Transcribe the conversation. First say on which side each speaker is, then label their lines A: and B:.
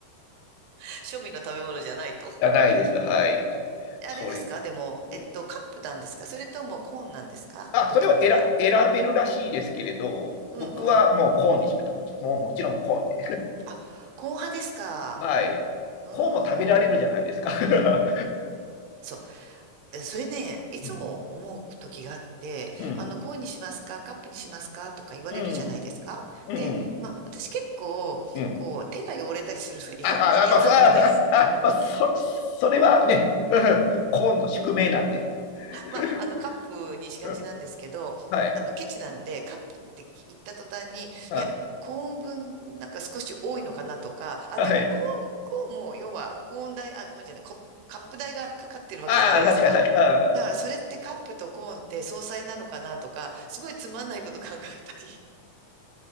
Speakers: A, on the right; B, on the left.
A: <laughs> 庶民の食べ物じゃないと。
B: じゃないです。はい。それ、
A: あれですかでも、
B: うん
A: えっと、カップなんですかそれともコーンなんですかドトールは。
B: あ、それを選、選べるらしいですけれど、
A: うんうん。
B: 僕はもうコーンにしました。
A: うん。
B: もちもうもちろんコーンで。
A: あ、コーン派ですか
B: <laughs> はい。
A: うーん。
B: コーンも食べられるじゃないですか。<laughs>
A: そう。えそれね、いつも思う時があって、
B: うん。うん。
A: あの、コーンにしますかカップにしますかとか言われるじゃないですか。
B: うん。うん。
A: で、
B: うん
A: まあ、私結構、
B: うん。
A: こう、手が汚れたりするのが意外に嫌なんで
B: あ、あ、あまあ、そ、あ、あ、まあ、そ、それはね、<laughs> うん、コーンの宿命なんで。
A: まあ、
B: <laughs>
A: あの、カップにしがちなんですけど、
B: うん、はい。
A: あの、ケチなんで、カップって言った途端に、
B: あ、
A: いや、コーン分、なんか少し多いのかなとか、あ、
B: はい。
A: でもコーン、コーンも、要は、コーン代、あ、コーンじゃない、コ、カップ代がかかってるわけじゃないですか。
B: ああ、確かに確かに。ああ、
A: だから、それってカップとコーンって相殺なのかなとか、すごいつまんないこと考えたり